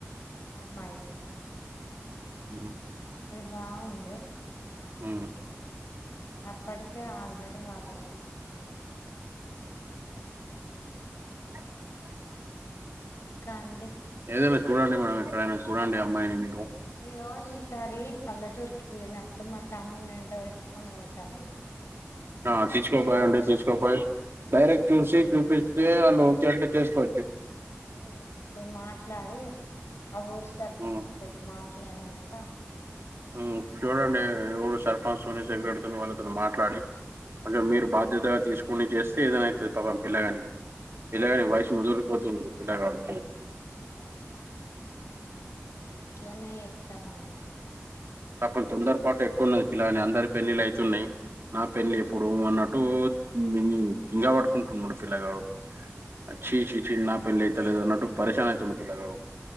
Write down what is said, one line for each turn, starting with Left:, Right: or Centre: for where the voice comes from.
Left: అమ్మాయ్కి
Right: ఊ
Left: బాగుంది
Right: ఉ
Left: అప్పటికే ఆల్రెడీ వాళ్ళకి ఫిక్స్ ఐపోయింద ఇంక
Right: అ
Left: ఇంకండి
Right: ఏదైన చూడండి మేడం చూడాండడి అమ్మయిని మీరు
Left: యో ఈసారి పల్లెటూరుకెళ్ళినప్పుడు మా తమ్మున్ని ఏంట వెట్టుకొని వోతండి
Right: ఆ తీస్కోపోయండి తీస్కోపోయ్ డైరెక్ట్
Left: ఆ
Right: చూసి చూపిస్తే ఆళ్ళు ఓకే అంటే చేస్కో
Left: అదే ఒ రి మాట్లాడి ఆ ఊరు సర్పంచ్తోటి
Right: హ్మ్.
Left: మాట్లాడిన క
Right: ఉమ్ చూడండి ఎ ఊరు సర్పంచ్ తోని తొని వాళ్ళతోని మాట్లాడి కొంచం మీరు బాధ్యతగా తీస్కు కొని జేస్తే ఏదైనా ఐతది పాపం పిల్లగానికి పిల్లగాని వయస్ ముదరిపోతుంది
Left: ఎత్తి
Right: పిల్లగాడు
Left: ఇగ గట్లనే ఏత్తమండి
Right: పాప్పం తొందర పాటు ఎక్కువున్నది పిల్లగాని అందరి పెల్లిల్లైతున్నాయ్ నా పెళ్ళి
Left: ఆ
Right: ఎప్పుడు అన్నట్టూ ఊమ్ తింగవట్కుంటున్నాడు పిల్లగాడు చీ చీ చీ నా పెళ్లి ఐతలేదు న టు పరెశాన్ ఐతుండు పిల్లగడు